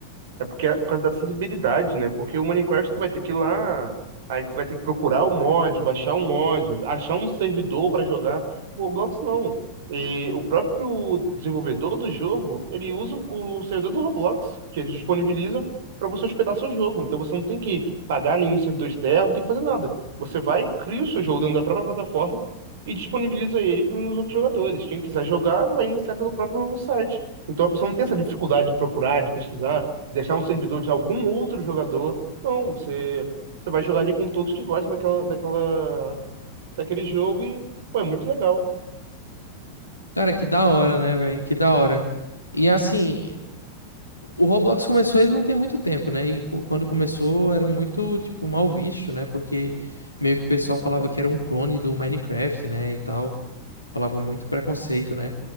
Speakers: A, on the right; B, on the left.
A: É porque é por causa da acessibilidade, né? Porque o Minecraft tu vai ter que ir lá, aí tu vai ter que procurar o mod, baixar um mod, achar um servidor para jogar. O Roblox não. E o próprio desenvolvedor do jogo, ele usa o o servidor do Roblox, que eles disponibilizam para você hospedar seu jogo. Então você não tem que pagar nenhum servidor externo, não tem que fazer nada. Você vai, cria o seu jogo dentro da própria plataforma e disponibiliza ele para os outros jogadores. Quem quiser jogar, vai iniciar pelo próprio site. Então a pessoa não tem essa dificuldade de procurar, de pesquisar deixar um servidor de algum outro jogador. Não, você, você vai jogar ali com todos que gostam daquela, daquela, daquele jogo e, pô, é muito legal.
B: Cara, que da hora, né, velho? Que da hora. E assim, O Roblox começou, ele não tem muito tempo, né? E cu- quando começou era muito, tipo, mal visto, né? Porque meio que o pessoal falava que era um clone do Minecraft, né? E tal. Falava muito preconceito, né?